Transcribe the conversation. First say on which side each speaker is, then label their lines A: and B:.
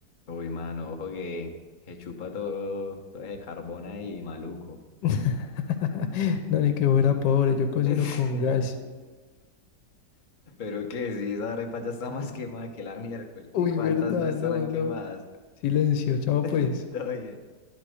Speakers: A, on the left; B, on the left.
A: uy, mano, ojo que se chupa todo, todo ese carbón ahí, maluco.
B: <laughs> No, ni que fuera pobre, yo cocino
A: <laughs>
B: con gas.
A: Pero que si esa arepa ya está más quemada que la miércoles,
B: Uy,
A: ¿y cuántas
B: verdad,
A: no estarán
B: no,
A: quemadas?
B: no. Silencio, chao pues.
A: <laughs> Todo bien.